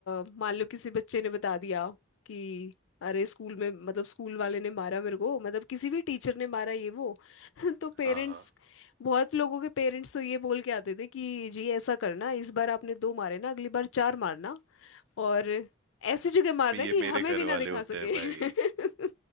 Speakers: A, on the left; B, on the right.
A: मान लो किसी बच्चे ने बता दिया कि अरे स्कूल में मतलब स्कूल वाले ने मारा मेरे को मतलब किसी भी टीचर ने मारा ये वो <laughs> तो पेरेंट्स
B: हाँ
A: बहुत लोगों के पेरेंट्स तो ये बोल के आते थे कि जी ऐसा करना इस बार आपने दो मारे ना अगली बार चार मारना और ऐसी जगह मारना
B: मे- ये
A: कि
B: मेरे
A: हमें
B: घर
A: भी ना
B: वाले
A: दिखा
B: होते
A: सके
B: हैं
A: <laughs>
B: भाई